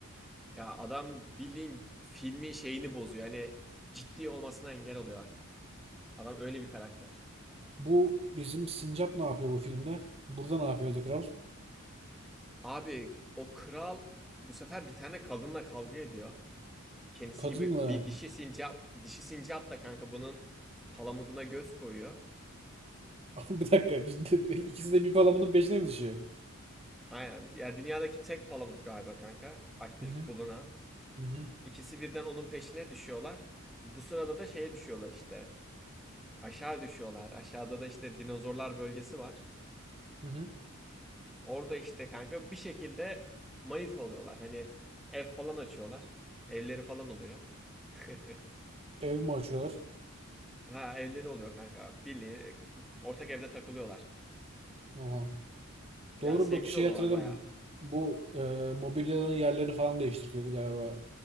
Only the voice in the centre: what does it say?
Ya adam bildiğin filmin şeyini bozuyor. Hani ciddi olmasına engel oluyor. Adam öyle bir karakter.
Abi o kral bu sefer bir tane kadınla kavga ediyor. Kendisi
gibi bir dişi sincap, dişi sincap da kanka bunun palamuduna göz koyuyor.
Aynen. Ya dünyadaki tek palamut galiba kanka. Aktif
bulunan.
İkisi birden onun peşine düşüyorlar. Bu sırada da şeye düşüyorlar işte. Aşağı düşüyorlar. Aşağıda da işte dinozorlar bölgesi var.
Orada işte kanka bir şekilde manita oluyorlar. Hani ev falan açıyorlar. Evleri falan oluyor. <laughs>
Ha evleri oluyor kanka. Bildiğin ortak evde takılıyorlar.
Ya
sevgili
oluyorlar
baya.